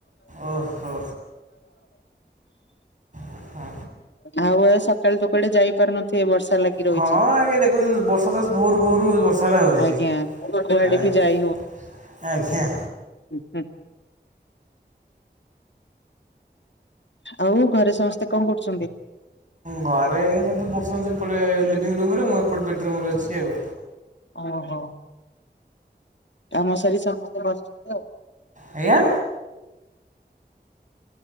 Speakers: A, on the right; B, on the left.
A: ଓହୋ ହଁ। ଆଛା।
B: ଆଉ ଭାଇ ସକାଳୁତ କୁଆଡେ ଯାଇ ପାରୁନଥିବେ ବର୍ଷା ଲାଗି? ରହିଛି।
A: ହଁ, ଆଜ୍ଞା ଦେଖୁ ବର୍ଷା ତ ଭୋରୁ ଭୋରୁ ବର୍ଷା ହେଉଛି।
B: ଆଜ୍ଞା କୁଆଡେ
A: ଆଜ୍ଞା।
B: ବି ଯାଇ
A: ଆଜ୍ଞା।
B: ହୁଁ, ହୁଁ। ଆଉ ଘରେ ସମସ୍ତେ କଣ କରୁଛନ୍ତି?
A: ଘରେ ଏଇ ସବୁ ବସନ୍ତୀ ସେପଟେ ଲିଭିଙ୍ଗ ରୁମରେ, ମୁଁ ଏପଟେ ବେଡରୁମରେ ଅଛି ଆଉ।
B: ଓ ହଁ, କାମ ସାରି ସମସ୍ତେ ବସିଛନ୍ତି ଆଉ।
A: ଆଜ୍ଞା